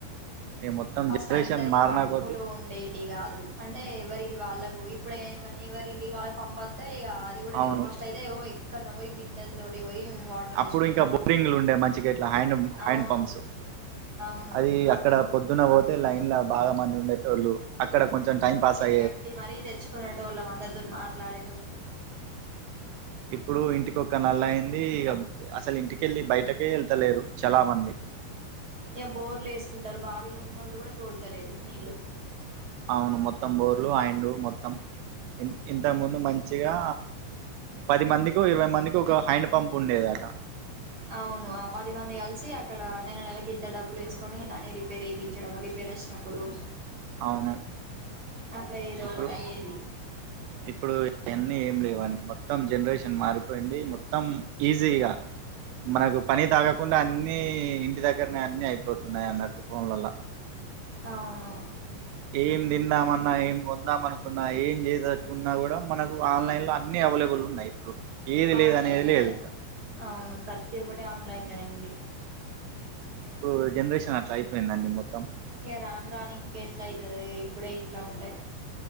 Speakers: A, on the right; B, on the right.
A: ఈ మొత్తం
B: ఫస్ట్
A: జనరేషన్
B: అందరికి
A: మారిన
B: పంపులు
A: కొద్దీ
B: ఉండేటివిగా అంటే ఎవరికి వాళ్ళలకు ఇప్పుడు ఏమని ఎవరి ఇంటికి వాళ్ళకి పంపు వత్తాయి అది కూడా
A: అవును
B: లేదు ఫస్ట్ అయితే ఎక్కడనో పోయి బిందెల తోటి పోయి వాటర్ తెచ్చుకునేటోళ్ళు
A: అప్పుడు ఇంకా బోరింగ్లు ఉండే మంచిగా ఇట్లా హ్యాండ్ హ్యాండ్
B: అవును
A: పంప్స్
B: అవును
A: అది
B: అప్
A: అక్కడ పొద్దున్న పోతే లైన్ లో బాగా మంది ఉండేటోళ్ళు అక్కడ కొంచెం టైం పాస్ అయి
B: గట్టి మరీ తెచ్చుకునేటోళ్ళం అందరితో మాట్లాడి
A: ఇప్పుడు ఇంటికొక్క నల్ల అయ్యింది ఇక అసలు ఇంటికి కెళ్ళి బయటకే వెళ్తలేరు చాలా మంది
B: ఇక బోర్లు వేసుకుంటారు బావిలు ఉన్నోళ్ళు కూడా తోడుతలేరు నీళ్లు <inaudible>
A: అవును మొత్తం బోర్లు హైండ్లు మొత్తం ఇన్ ఇంతకు ముందు మంచిగా పది మందికో ఇరవై మందికి ఒక హ్యాండ్ పంప్ ఉండేదట
B: అవును ఆ పదిమంది కలిసి అక్కడ నెల నెలకి ఇంత డబ్బులేసుకొని దాన్ని రిపేర్ చేయిపించడం రిపేర్ వచ్చినప్పుడు
A: అవును
B: అట్లా ఏదో
A: ఇప్పుడు
B: ఒకటి అయ్యేది
A: ఇప్పుడువన్నీ ఏం లేవండి మొత్తం మొత్తం జనరేషన్ మారిపోయింది మొత్తం అంతే ఇగ మనకు పని తగ్గకుండా అన్ని ఇంటి దగ్గ దగరనే అన్ని అయిపోతున్నాయి అన్నట్టు ఫోన్ లల్ల
B: అవును
A: ఏం తిందామన్నా ఏం కొందామనుకున్నా ఏం చేయదలచుకున్నా కూడా మనకు ఆన్లైన్ లో అన్ని అవైలబుల్ ఉన్నాయి ఇప్పుడు ఏది
B: ఆన్లైన్లోనే
A: లేదు అనేది లేదు ఇక
B: అవును ప్రతి ఒక్కటి ఆన్లైన్లోనే ఉంది
A: ఇప్పుడు జనరేషన్ అట్లా అయిపోయిందండి మొత్తం
B: ఇగ రాను రాను ఇంకెట్లా అయితది ఇప్పుడే ఇట్లా ఉంటే